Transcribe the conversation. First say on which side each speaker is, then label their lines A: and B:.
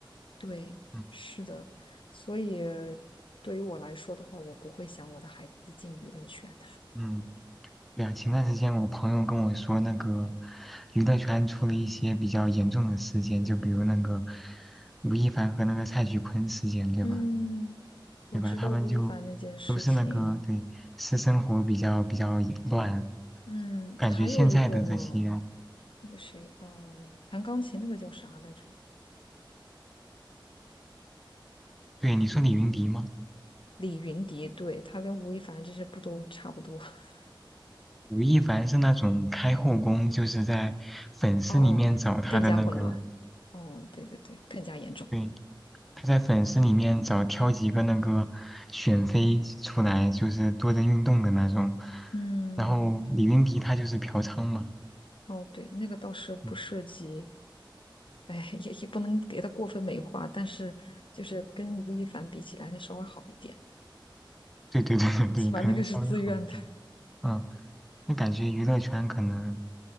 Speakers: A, on the left; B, in the centre.
A: 对，
B: 嗯
A: 是的，所以对于我来说的话，我不会想我的孩子进娱乐圈。
B: 嗯。对啊，前段时间我朋友跟我说，那个娱乐圈出了一些比较严重的事件，就比如那个吴亦凡和那个蔡徐坤事件，对吧？
A: 嗯，我知道吴亦凡那件事情。
B: 对吧？他们就都是那个对私生活比较比较乱，
A: 嗯，
B: 感觉现在的这些，
A: 还有一个呢，那个谁，嗯，弹钢琴那个叫啥来着？
B: 对你说李云迪吗？
A: 李云迪，对，他跟吴亦凡这些不都差不多？<laughs>
B: 吴亦凡是那种开后宫，就是在粉丝里面找他的那个，
A: 哦哦，更加混乱。哦，对对对，更加严重。
B: 对，他在粉丝里面找挑几个那个选妃出来，就是多人运动的那种。
A: 嗯，
B: 然后李云迪他就是嫖娼嘛，
A: 哦对，那个倒是不涉及，
B: 嗯，
A: 哎，也也不能给他过分美化，但是就是跟吴亦凡比起来，那稍微好一点，
B: 对对对对对，
A: 起码那个是自愿的。
B: 可能稍微好一点。嗯，那感觉娱乐圈可能，